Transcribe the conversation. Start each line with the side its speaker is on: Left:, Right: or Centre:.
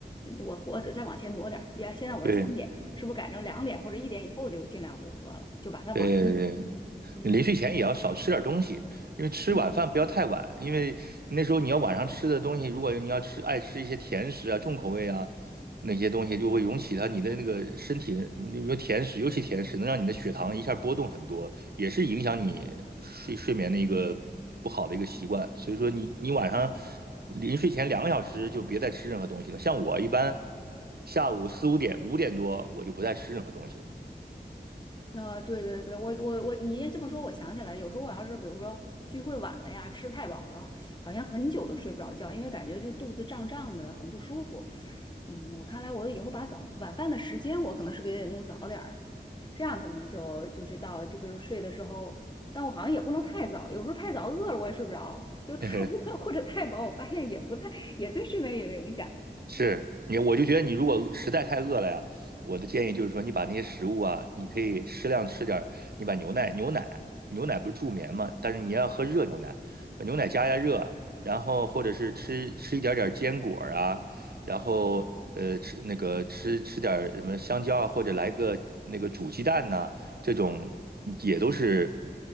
Left: 我或者再往前挪点儿，原来现在我是三点，
Right: 对。
Left: 是不是改成两点或者一点以后就尽量不喝了，就把它往前挪？
Right: 对对对，
Left: 嗯
Right: 临睡前也要少吃点东西，因为吃晚饭不要太晚，
Left: 嗯。
Right: 因为那时候你要晚上吃的东西，如果你要吃爱吃一些甜食啊、重口味啊那些东西，就会涌起它你的那个身体，你比如甜食，尤其甜食能让你的血糖一下波动很多，也是影响你睡睡眠的一个不好的一个习惯。所以说你你晚上临睡前两个小时就别再吃任何东西了。像我一般下午四五点、五点多我就不再吃任何东西了。
Left: 呃，对对对，我我我，你这么说，我想起来，有时候我要是比如说聚会晚了呀，吃太饱了，好像很久都睡不着觉，因为感觉就肚子胀胀的，很不舒服。嗯，我看来我以后把早晚饭的时间，我可能是不是也得弄早点儿啊？这样可能就就是到就比如睡的时候，但我好像也不能太早，有时候太早饿了我也睡不着，就太饿
Right: <laughs>
Left: <laughs> 或者太饱，我发现也不太也对睡眠也有影响。
Right: 是你，我就觉得你如果实在太饿了呀，我的建议就是说，你把那些食物啊，你可以适量吃点儿。你把牛奶，牛奶啊，牛奶不是助眠嘛，但是你要喝热牛奶，把牛奶加加热，然后或者是吃吃一点点坚果儿啊，然后呃吃那个吃吃点儿什么香蕉啊，或者来个那个煮鸡蛋呐、这种也都是